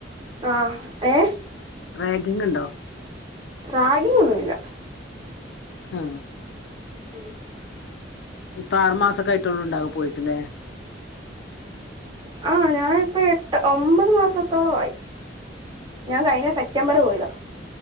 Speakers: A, on the right; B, on the left.
A: ആ ഏ
B: റാഗിങ് ഉണ്ടോ
A: റാഗിങ് ഒന്നുമില്ല
B: ആ
A: ഉം
B: ഇപ്പൊ ആറുമാസക്കെ ആയിട്ടു ഉണ്ടാകൂ പോയിട്ടില്ലേ
A: ആ ഞാനിപ്പോ എട്ട് ഒമ്പത് മാസത്തോളമായി ഞാൻ കഴിഞ്ഞ സെപ്റ്റംബർ പോയതാണ്